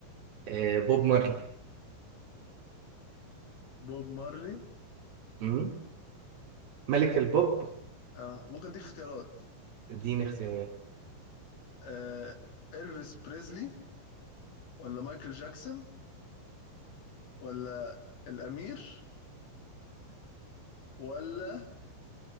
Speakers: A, on the right; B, on the left.
A: إيه بوب مارلي
B: بوب مارلي
A: أمم؟ ملك البوب
B: آه. ممكن اديك اختيارات
A: اديني اختيارات
B: آه. إلفيس بريزلي ولا مايكل جاكسون ولا الأمير ولا